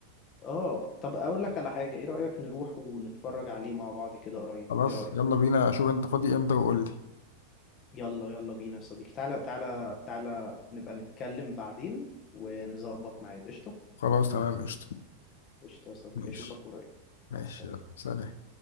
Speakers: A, on the left (about 30°); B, on the left (about 60°).
A: اه طب اقول لك على حاجة ايه رأيك نروح ونتفرج عليه مع بعض كده قريب
B: خلاص
A: ايه رأيك
B: يلا بينا اشوف انت فاضي امتى وقول لي
A: يلا يلا بينا يا صديقي تعالى تعالى تعالى نبقى نتكلم بعدين ونظبط ميعاد قشطة
B: خلاص تمام قشطة
A: قشطة يا صديقي
B: ماشي
A: اشوفك قريب مع
B: ماشي
A: السلامة
B: يلا سلام